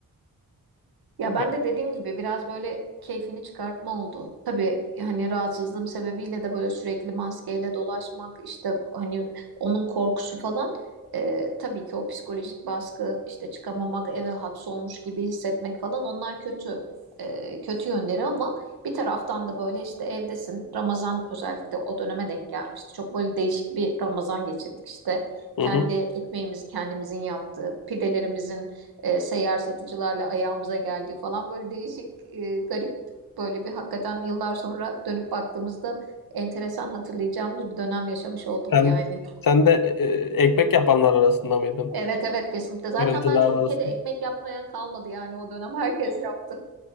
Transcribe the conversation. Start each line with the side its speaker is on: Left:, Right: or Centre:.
Right: Ya
Left: Ha,
Right: ben de dediğim gibi biraz böyle keyfini çıkartma oldu. Tabii hani rahatsızlığım sebebiyle de böyle sürekli maskeyle dolaşmak işte hani onun korkusu falan e, tabii ki o psikolojik baskı işte çıkamamak eve hapsolmuş gibi hissetmek falan onlar kötü e, kötü yönleri ama bir taraftan da böyle işte evdesin Ramazan özellikle o döneme denk gelmişti. Çok böyle değişik bir Ramazan geçirdik işte
Left: Hı
Right: kendi
Left: hı.
Right: ekmeğimizi kendimizin yaptığı pidelerimizin e, seyyar satıcılarla ayağımıza geldi falan böyle değişik e, garip böyle bir hakikaten yıllar sonra dönüp baktığımızda enteresan hatırlayacağımız bir dönem yaşamış olduk
Left: Sen
Right: yani.
Left: sen de e, ekmek yapanlar arasında mıydın?
Right: Evet evet kesinlikle. Zaten
Left: Fırıncılar
Right: bence
Left: arasında.
Right: ülkede ekmek yapmayan kalmadı yani o dönem herkes yaptı.